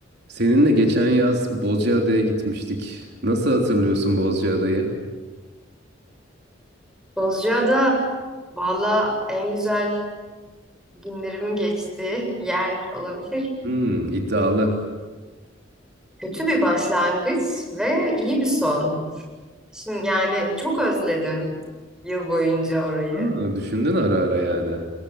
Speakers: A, on the right; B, in the centre.
A: Seninle geçen yaz Bozcaada'ya gitmiştik. Nasıl hatırlıyorsun Bozcaada'yı?
B: Bozcaada valla en güzel günlerimin geçtiği yer olabilir.
A: Hmm, iddialı.
B: Kötü bir başlangıç ve iyi bir son. Şimdi yani çok özledim yıl boyunca orayı.
A: Aa, düşündün ara ara yani.